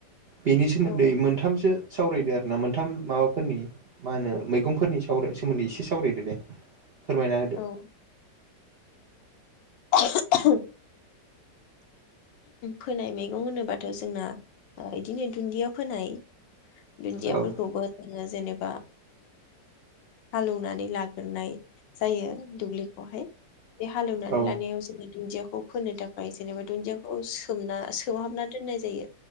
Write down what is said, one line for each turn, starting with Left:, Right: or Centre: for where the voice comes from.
Right: बेनि सोमोन्दै
Left: औ
Right: मोनथामसो सावरायदो आरोना मोनथाम माबाफोरनि मा होनो मैगंफोरनि साव सोमोन्दै एसे सावरायदो दे। फोरमायना होदो
Left: औ <inaudible> फोनाय मैगं होनोबाथ जोंना बिदिनो दुन्दिया फोनाय दुन्दि
Right: औ
Left: आफोरखौबो जेनेबा हालौनानै लाग्राय जायो दुब्लिखौहाय बे हालेवनानै
Right: औ
Left: लानायाव जोंना दुन्दिया खौ फोनो थाखाय जेनेबा दुनजि औ सोमना सोमहाबना दोननाय जायो।